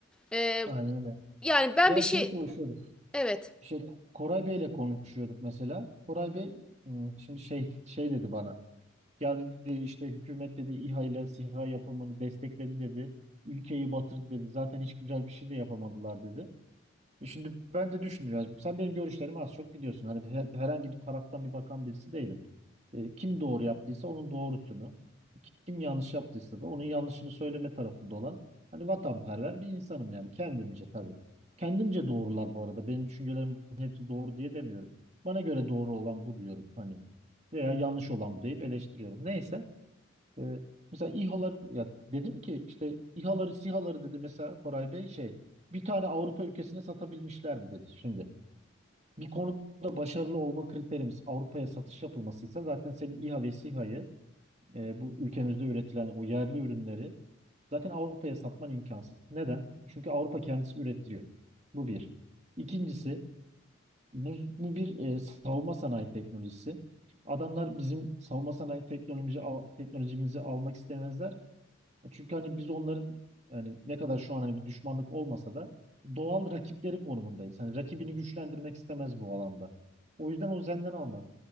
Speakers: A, in the centre; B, on the right (about 35°).
A: E,
B: Aynen öyle.
A: yani ben
B: Ya
A: bir
B: şey
A: şey...
B: konuşuyorduk.
A: Evet.
B: Şey, Koray Bey'le konuşuyorduk mesela. Koray Bey ım, şimdi şey şey dedi bana. Ya dedi işte hükümet dedi İHA ile SİHA yapımını destekledi dedi. Ülkeyi batırdı dedi. Zaten hiç güzel bir şey de yapamadılar dedi. E Şimdi ben de düşünüyorum. Sen benim görüşlerimi az çok biliyorsun. Hani he- herhangi bir taraftan bir bakan birisi değilim. E, kim doğru yaptıysa onun doğrusunu, kim yanlış yaptıysa da onun yanlışını söyleme tarafında olan hani vatanperver bir insanım yani kendimce tabii. Kendimce doğrular bu arada. Benim düşüncelerimin hepsi doğru diye demiyorum. Bana göre doğru olan bu diyorum hani veya yanlış olan bu deyip eleştiriyorum. Neyse. Ee, mesela İHA'lar ya dedim ki işte İHA'ları SİHA'ları dedi mesela Koray Bey şey bir tane Avrupa ülkesine satabilmişler mi dedi şimdi. Bir konuda başarılı olma kriterimiz Avrupa'ya satış yapılmasıysa zaten senin İHA ve SİHA'yı e, bu ülkemizde üretilen o yerli ürünleri zaten Avrupa'ya satman imkansız. Neden? Çünkü Avrupa kendisi üretiliyor. Bu bir. İkincisi bu, bu bir e, savunma sanayi teknolojisi. Adamlar bizim savunma sanayi teknoloji, al- teknolojimizi almak istemezler. Çünkü hani biz onların hani ne kadar şu an hani bir düşmanlık olmasa da doğal rakipleri konumundayız. Hani rakibini güçlendirmek istemez bu alanda. O yüzden o Zen'den almaz.